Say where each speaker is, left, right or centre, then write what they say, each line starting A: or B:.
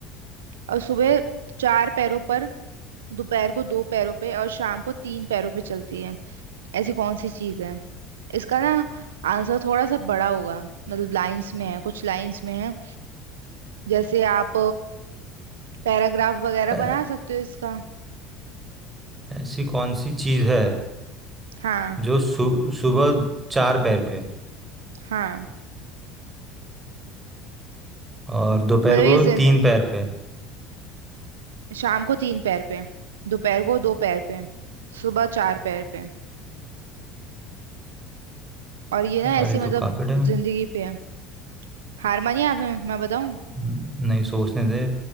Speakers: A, on the right (about 85°); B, on the right (about 20°).
A: और सुबह चार पैरों पर दोपहर को दो पैरों पे और शाम को तीन पैरों पे चलती है ऐसी कौन सी चीज है इसका ना आंसर थोड़ा सा बड़ा होगा मतलब लाइंस में है कुछ लाइंस में है जैसे आप पैराग्राफ वगैरह
B: अ,
A: बना सकते हो इसका
B: ऐसी कौन सी चीज है
A: हाँ
B: जो सु, सुबह चार पैर पे
A: हाँ
B: और दोपहर
A: मतलब ये
B: को
A: जिन
B: तीन पैर पे
A: शाम को तीन पैर पे दोपहर को दो पैर पे सुबह चार पैर पे और ये ना
B: यार
A: ऐसी
B: ये
A: मतलब
B: तो काफी टाइम
A: जिंदगी पे है हार मानिए आप मैं मैं बताऊं
B: नहीं सोचने दे